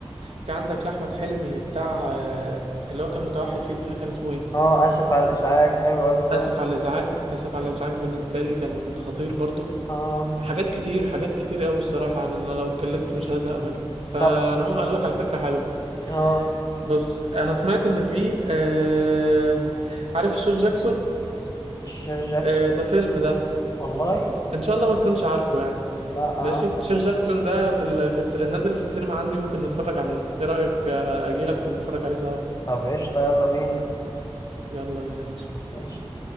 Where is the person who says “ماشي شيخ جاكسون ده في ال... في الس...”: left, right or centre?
Right